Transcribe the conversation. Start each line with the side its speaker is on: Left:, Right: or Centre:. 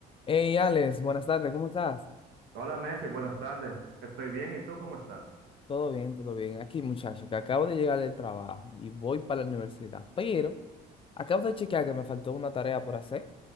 Left: Hey, Alex, buenas tardes, ¿cómo estás?
Right: Hola, Mefi, buenas tardes. Estoy bien, ¿y tú cómo estás?
Left: Todo bien, todo bien. Aquí, muchacho, que acabo de llegar del trabajo y voy para la universidad, pero acabo de chequear que me faltó una tarea por hacer.